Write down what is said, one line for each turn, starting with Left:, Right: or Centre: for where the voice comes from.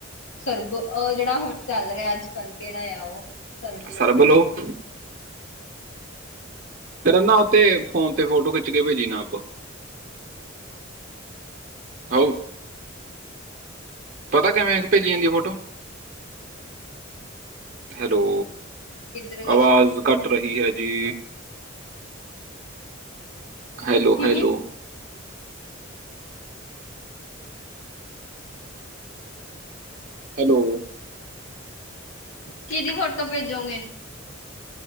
Left: ਸਰਬ ਉਹ ਜਿਹੜਾ ਹੁਣ ਚੱਲ ਰਿਹਾ ਅੱਜ ਕੱਲ੍ਹ, ਕਿਹੜਾ ਆ ਉਹ ਸਰਬਲੋ
Right: ਸਰਬਲ
Left: ਦਾ।
Right: ਉਹ ਫ ਨਾ ਉਥੇ ਫੋਨ ਤੇ, ਫੋਟੋ ਖਿੱਚ ਕੇ ਭੇਜੀ ਨਾਪ। ਆ, ਪਤਾ ਕਿਵੇਂ ਭੇਜੀ ਜਾਂਦੀ ਹੈ ਫੋਟੋ? ਹੈਲੋ,
Left: ਹਾਂਜੀ ਇੱਧਰ
Right: ਆਵਾਜ਼ ਘੱਟ ਰਹੀ ਹੈ ਜੀ ਹੈਲੋ,
Left: ਦੀਦੀ
Right: ਹੈਲੋ ਹੈਲੋ
Left: ਕਿਹਦੀ ਫੋਟੋ ਭੇਜੋਗੇ